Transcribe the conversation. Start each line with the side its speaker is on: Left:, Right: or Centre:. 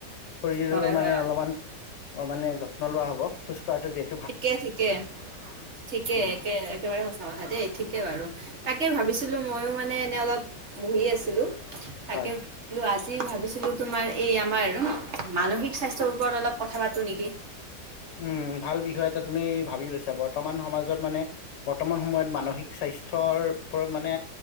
Left: শৰীৰৰ
Right: হয়
Left: মানে
Right: হয় হয়
Left: অলপমান অ মানে যত্ন লোৱা হব খোজ কঢ়াতটো যে
Right: ঠিকে ঠিকে ঠিকে
Left: উম
Right: একে একেবাৰে সঁচা কথা দেই ঠিকে বাৰু তাকে ভাবিছিলো মইও মানে এনে অলপ বহি আছিলো। তাকে
Left: হয়
Right: বোলো আজি ভাবিছিলো তোমাৰ এই আমাৰ মানসিক স্বাস্থ্যৰ ওপৰত অলপ কথা পাতো নেকি?
Left: উম ভাল বিষয় এটা তুমি ভাবি লৈছা বৰ্তমান সমাজত মানে বৰ্তমান সময়ত মানসিক স্বাস্থ্যৰ ওপৰত মানে